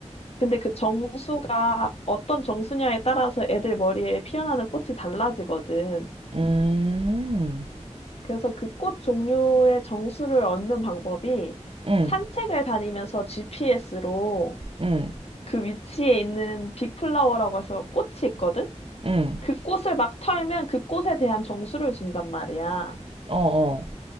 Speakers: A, on the left (about 55°); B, on the right (about 50°).
A: 근데 그 정수가 어떤 정수냐에 따라서 애들 머리에 피어나는 꽃이 달라지거든.
B: 응, 응,
A: 그래서 그 꽃 종류의 정수를 얻는 방법이
B: 응,
A: 산책을 다니면서 GPS로
B: 응,
A: 그 위치에 있는 빅플라워라고 해서 꽃이 있거든?
B: 응,
A: 그 꽃을 막 털면 그 꽃에 대한 정수를 준단 말이야.
B: 어, 어.